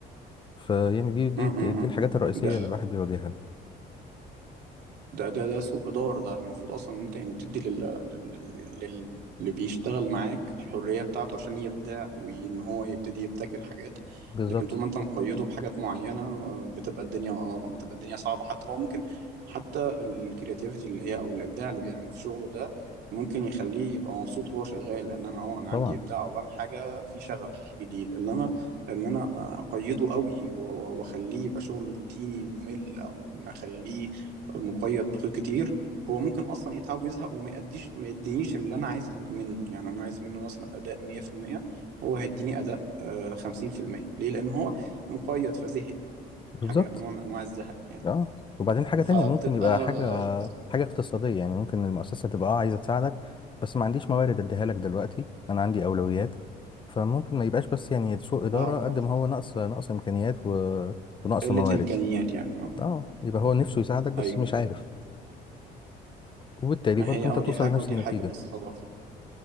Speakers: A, on the left; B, on the right.
A: فيعني دي
B: امم
A: دي
B: أمم،
A: دي
B: أمم.
A: الحاجات الرئيسية
B: ده
A: اللي الواحد بيواجهها
B: ده ده ده سوء إدارة ده المفروض أصلا إن أنت يعني بتدي لل... لل... لل... اللي بيشتغل معاك الحرية بتاعته عشان يبدع وإن هو يبتدي يبتكر حاجات
A: بالظبط
B: لكن طول ما أنت مقيده بحاجات معينة آه، بتبقى الدنيا اه بتبقى الدنيا صعبة حتى هو ممكن حتى الكرياتيفيتي اللي هي أو الإبداع اللي بيعمله في شغله ده ممكن يخليه يبقى مبسوط وهو شغال إن أنا اه أنا
A: طبعا
B: عندي إبداع أو بعمل حاجة في شغف جديد إنما إن أنا أقيده قوي و- و- وأخليه يبقى شغله روتيني ممل أو إن أخليه مقيد بخيوط كتير هو ممكن اصلا يتعب ويزهق وما يأديش ما يدينيش اللي انا عايزه منه يعني انا عايز منه مثلا اداء 100% هو هيديني اداء آه، 50% ليه لان هو مقيد فزهق
A: بالظبط
B: حاجه نوع من انواع الزهق يعني
A: اه وبعدين حاجة
B: فبتبقى
A: تانية ممكن يبقى
B: اه
A: حاجة حاجة اقتصادية يعني ممكن المؤسسة تبقى اه عايزة تساعدك بس ما عنديش موارد اديها لك دلوقتي انا عندي اولويات فممكن ما يبقاش بس يعني سوء إدارة
B: اه
A: قد ما هو نقص نقص امكانيات و... ونقص
B: قله
A: موارد
B: امكانيات يعني اه
A: اه يبقى هو نفسه يساعدك بس
B: ايوه
A: مش عارف
B: أيوة.
A: وبالتالي
B: ما
A: برضه
B: هي
A: انت
B: اه
A: توصل
B: دي حاجه
A: لنفس
B: ودي
A: النتيجة
B: حاجه بس هو